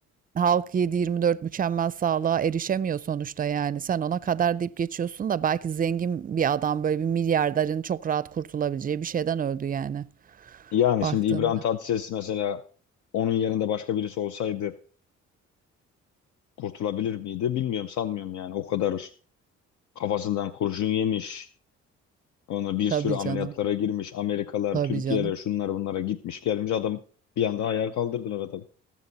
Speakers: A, on the right (about 30°); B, on the left (about 70°).
A: halk yedi yirmi dört mükemmel sağlığa erişemiyor sonuçta yani. Sen ona kadar deyip geçiyorsun da belki zengin bir adam böyle bir milyarderin çok rahat kurtulabileceği bir şeyden öldü yani
B: Yani
A: baktığında.
B: şimdi İbrahim Tatlıses mesela onun yerinde başka birisi olsaydı kurtulabilir miydi? Bilmiyorum sanmıyorum yani. O kadar kafasından kurşun yemiş. Ona bir
A: Tabii
B: sürü ameliyatlara
A: canım.
B: girmiş. Amerikalar,
A: Tabii
B: Türkiye'ler
A: canım.
B: şunlar bunlara gitmiş gelmiş. Adam bir anda ayağa kaldırdılar adamı.